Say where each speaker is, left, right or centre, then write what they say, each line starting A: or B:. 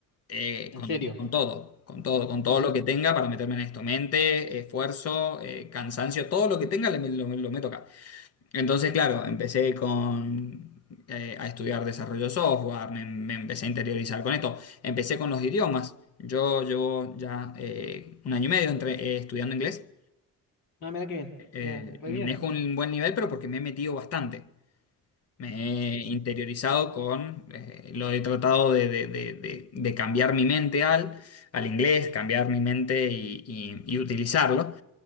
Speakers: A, on the left; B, on the left.
A: eh,
B: en
A: con,
B: serio,
A: con todo, con todo, con todo
B: sí, sí.
A: lo que tenga para meterme en esto, mente, esfuerzo, eh, cansancio, todo lo que tenga, le- lo, lo meto acá. Entonces, claro, empecé con, eh, a estudiar desarrollo de software, me, me empecé a interiorizar con esto, empecé con los idiomas. Yo llevo ya eh, un año y medio entre, eh, estudiando inglés.
B: Ah, mira qué bien,
A: Eh,
B: mira, re
A: manejo
B: bien.
A: un buen nivel, pero porque me he metido bastante. Me
B: Y
A: he
B: Sí,
A: interiorizado con, eh, lo he tratado de, de- de- de- de cambiar mi mente al, al inglés, cambiar mi mente y, y- y utilizarlo.